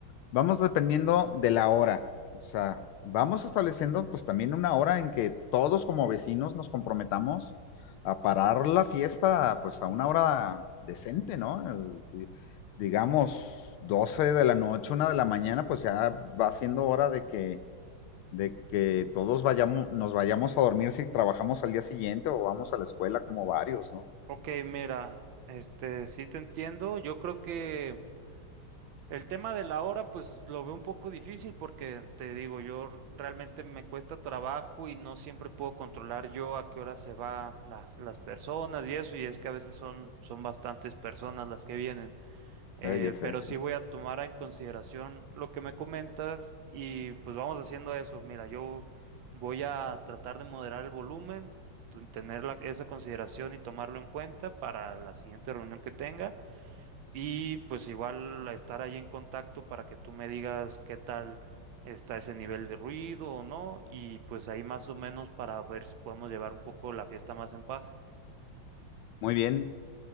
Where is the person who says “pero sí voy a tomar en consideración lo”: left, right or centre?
Right